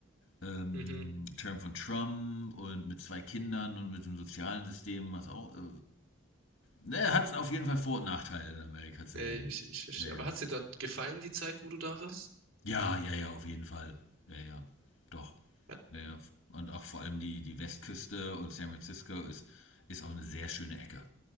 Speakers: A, on the left (about 75°); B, on the right (about 75°).
A: ähm,
B: Mhm.
A: Term von Trump und mit zwei Kindern und mit dem sozialen System, was auch, äh, ne, hat auf jeden Fall Vor- und Nachteile in Amerika zu
B: Ja,
A: leben.
B: ich, ich verstehe.
A: Ja, ja.
B: Aber hat dir da gefallen, die Zeit, wo du da warst?
A: Ja, ja, ja, auf jeden Fall. Ja, ja, doch.
B: Ja,
A: Ja, ja. Und auch vor allem die, die Westküste und San Francisco ist, ist auch eine sehr schöne Ecke.